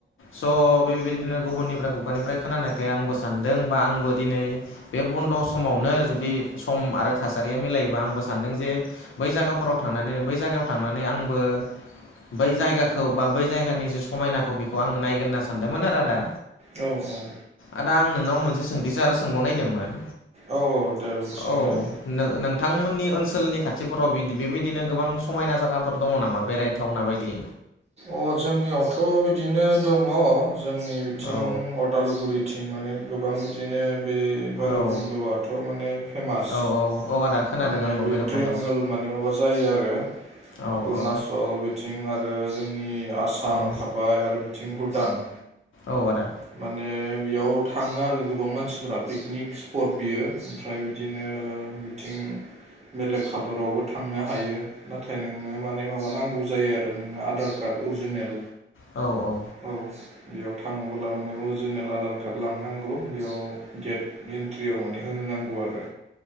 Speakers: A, on the left; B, on the right.
A: स' बेबायदिनो गुबुननिफ्राय खु गानिफ्राय खोनानायखाय आंबो सानदों बा आंबो दिनै बे बन्द' समावनो जुदि सम आरो थासारिया मिलायोबा आंबो सानदों जे बै जागाफोराव थांनानै बै जायगायाव थांनानै आंबो बै जायगाखौ बा बै जायगानि जे समायनाखौ बेखौ आङो नायगोन होनना सानदोंमोन आरो आदा
B: औ औ
A: आदा आं नोंनाव मोनसे सोंथि सो आरो सोंबावनायदोंमोन
B: औ दे सोंलाय
A: औ नो-नोंथांमोननि ओनसोलनि खाथिफोराव बिदि बेबायदिनो गोबां समायना जायाफोर दङ नामा बेराय थावना बायदि
B: अ जोंनियावथ' बिदिनो दङ जोंनि बिथिं
A: औ
B: अदालगुरिथिं माने गोबां बिदिनो बे भैरबकुन्द'आथ'
A: औ
B: माने फेमास।
A: औ औ आदा खोनादों
B: माने
A: आंबो
B: बे
A: भैरबखुन्द'
B: ट्रेंगोल माने माबा जायो आरो
A: औ
B: उरनाचल
A: औ
B: बिथिं आरो जोंनि आसाम
A: औ
B: थाबाय आरो बिथिं भुटान।
A: औ आदा।
B: माने बेयाव थाङो आरो गोबां मानसि फोरा पिकनिक स्पट बियो। ओमफ्राय बिदिनो <unintelligible> बेलेग हादरावबो थांनो हायो। नाथाय नोंनो माने माबा नांगौ जायो आरो नोंनो आधार कार्ड अरिजिनेल।
A: औ औ।
B: औ। बेयाव थाङोब्ला माने अरिजिनेल आधार कार्ड लांनांगौ बेयाव गेट एन्ट्रियाव माने होनो नांगौ आरो